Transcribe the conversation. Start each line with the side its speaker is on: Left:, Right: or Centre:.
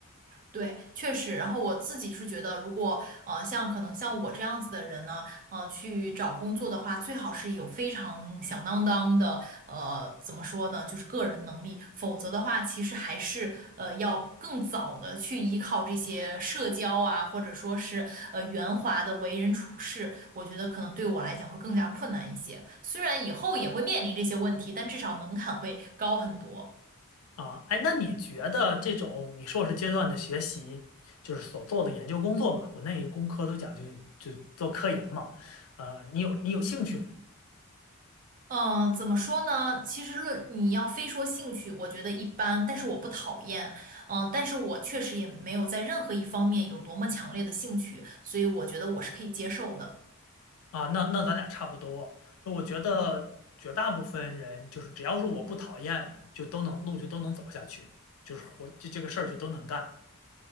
Right: 对，确实。然后我自己是觉得，如果呃像可能像我这样子的人呢，呃，去找工作的话，最好是有非常响当当的呃怎么说呢，就是个人能力，否则的话，其实还是呃要更早的去依靠这些社交啊，或者说是呃圆滑的为人处事，我觉得可能对我来讲会更加困难一些。虽然以后也会面临这些问题，但至少门槛会高很多。
Left: 啊，哎，那你觉得这种你硕士阶段的学习，就是所做的研究工作嘛，国内工科都讲究就做科研嘛，呃，你有你有兴趣吗？
Right: 嗯，呃怎么说呢？其实论你要非说兴趣，我觉得一般，但是我不讨厌，嗯，但是我确实也没有在任何一方面有多么强烈的兴趣，所以我觉得我是可以接受的。
Left: 啊，那那咱俩差不多，就我觉得绝大部分人就是只要是我不讨厌，就都能路就都能走下去，就是活这这个事儿就都能干。